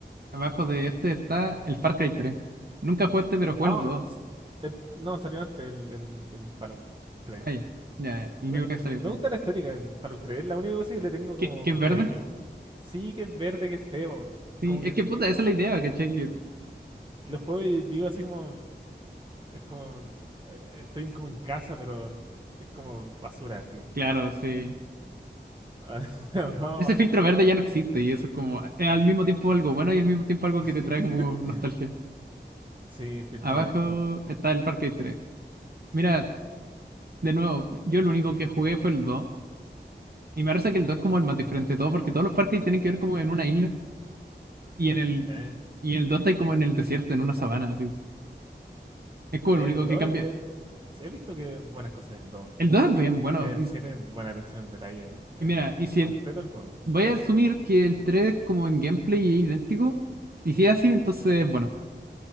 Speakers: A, on the right; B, on the right.
A: Abajo de este está el Far Cry 3. Nunca jugaste, pero jugué
B: Ah,
A: el 2.
B: s- el- no, salió antes el, el, el Fallout tres.
A: Ah, ya. Ya, ya, el
B: Me,
A: único que salió
B: me
A: fue.
B: gusta la estética del Fallout tres. es la única cosa que le tengo como
A: ¿Qué, qué es verde?
B: cariño. Sí que es verde, que es feo.
A: Sí,
B: Como que
A: es que puta, esa es la idea, ¿cachai? Que,
B: lo juego y digo así como, es como, eh, estoy en- como en casa, pero es como basura así.
A: claro, sí.
B: <laughs> Va
A: Ese
B: abajo.
A: filtro verde ya no existe y eso es como. Es al mismo tiempo algo bueno y al mismo tiempo algo
B: <laughs>
A: que te trae como nostalgia.
B: Sí, filtro
A: Abajo
B: de Xbox.
A: está el Far Cry 3. Mira, de nuevo, yo lo único que jugué fue el 2. Y me parece que el 2 es como el más diferente de todo, porque todos los Far Cry tienen que ver como en una isla. Y en el,
B: Eh,
A: y en el 2 está ahí como en el desierto, en una sabana, así. Es como
B: El
A: el único
B: 2
A: que cambia.
B: he he visto que buenas cosas del 2.
A: El 2 es bien bueno.
B: Es-
A: y
B: tiene buena atención al detalle en
A: Y mira, y si
B: completo
A: el-
B: el juego.
A: voy a asumir que el 3 como en gameplay es idéntico, y si es así, entonces, bueno,